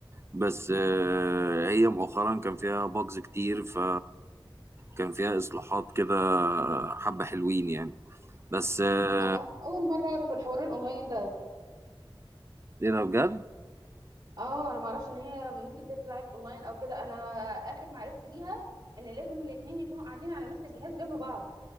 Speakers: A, on the right; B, on the right.
A: بس آه، هي مؤخرا كان فيها باجز كتير ف كان فيها اصلاحات كده حبة حلوين يعني بس آه،
B: أنا أول مرة أعرف الحوار الأونلاين ده
A: ايه ده بجد
B: اه أنا معرفش إن هي ممكن تتلعب أونلاين أو كده أنا آخر معرفتي بيها إن لازم الاتنين يكونوا قاعدين على نفس الجهاز جنب بعض